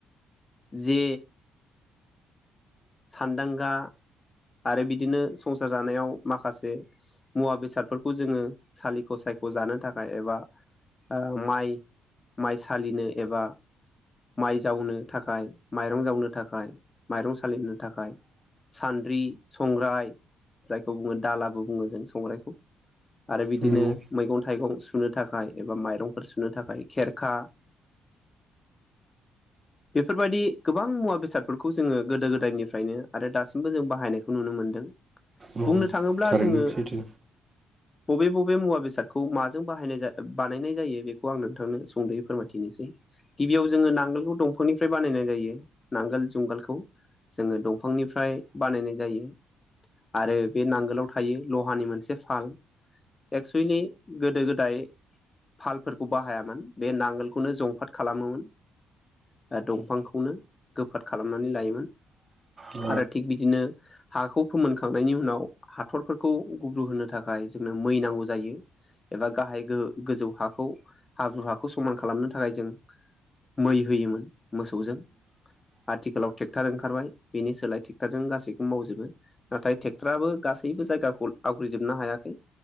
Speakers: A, on the left; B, on the right.
A: जे सानदांगा आरो बिदिनो संसार जानायाव माखासे मुवा बेसादफोरखौ जोङो सालिख' सायख जानो थाखाय एबा ओ माइ माइ सालिनो एबा माइ जावनो थाखाय माइरं जावनो थाखाय माइरं सालिनो थाखाय सान्द्रि संग्राय जायखौ बुङो दालाबो बुङो जों संग्राइखौ। आरो बिदिनो
B: नंगौ
A: मैगं थाइगं सुनो थाखाय एबा माइरंफोर सुनो थाखाय खेरखा। बेफोरबायदि गोबां मुवा बेसादफोरखौ जोङो गोदो गोदायनि फ्रायनो आरो दासिमबो जों बाहायनायखौ नुनो मोनदों
B: औ
A: बुंनो थाङोब्ला
B: थारैनो
A: जोङो
B: सैथो
A: बबे बबे मुवा बेसादखौ माजों बाहायनाय बानायनाय जायो बेखौ आं नोंथांनो सुंदयै फोरमायथिनोसै गिबियाव जोङो नांगोलखौ दंफांनिफ्राय बानायनाय जायो नांगोल जुंगालखौ। जोङो दंफांनिफ्राय बानायनाय जायो। आरो बे नांगोलाव थायो लहानि मोनसे फाल। एक्सुेलि गोदो गोदाय फालफोरखौ बाहायामोन बे नांगोलखौनो जंफाद खालामोमोन। ओ दंफांखौनो गोफाद खालामनानै लायोमोन।
B: औ
A: आरो थिग बिदिनो हाखौ फोमोनखांनायनि उनाव हाथरफोरखौ गुब्रु होनो थाखाय जोंनो मै नांगौ जायो। एबा गाहाय गो गोजौ हाखौ हाब्रु हाखौ समान खालामनो थाखाय जों मै होयोमोन मोसौजों आथिखालाव ट्रेक्टार ओंखारबाय। बेनि सोलाय ट्रेक्ट'रजों गासैखौबो मावजोबो। नाथाय ट्रेक्टराबो गासैबो जायगाखौ आवग्रिजोबनो हायाखै